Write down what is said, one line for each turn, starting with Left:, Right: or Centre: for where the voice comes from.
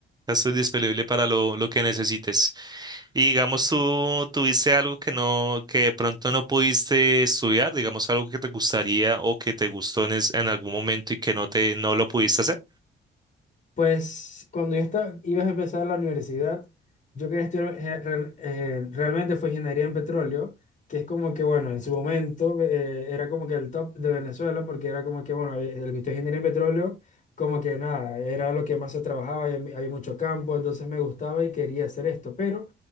Right: Esto es disponible para lo, lo que necesites. Y digamos, tú tuviste algo que no, que de pronto no pudiste estudiar, digamos, algo que te gustaría o que te gustó en, es- en algún momento y que no te, no lo pudiste hacer.
Left: Pues cuando yo estaba, ibas a empezar la universidad, yo quería estudiar, eh, re- eh, realmente fue ingeniería en petróleo, que es como que, bueno, en su momento eh, era como que el top de Venezuela, porque era como que, bueno, eh, el que estudia ingeniería en petróleo, como que nada, era lo que más se trabajaba, y había había mucho campo, entonces me gustaba y quería hacer esto, pero